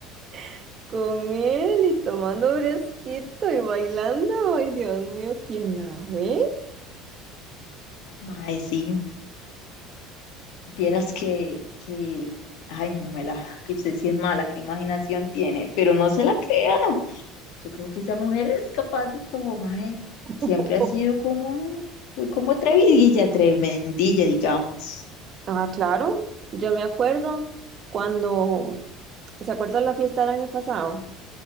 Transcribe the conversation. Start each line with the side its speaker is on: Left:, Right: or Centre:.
Right: <laughs> con él y tomando fresquito y bailando. Ay, Dios mío, ¿quién la ve?
Left: Mae, sí, vieras que, que, ay, no me la, que usted sí es mala, qué imaginación tiene, pero no se la crea. Yo creo que esa mujer es capaz de todo, mae.
Right: <laughs>
Left: Siempre ha sido como, pues, como atrevidilla, tremendilla, digamos.
Right: Ah, claro. Yo me acuerdo cuando, ¿se acuerda la fiesta del año pasado?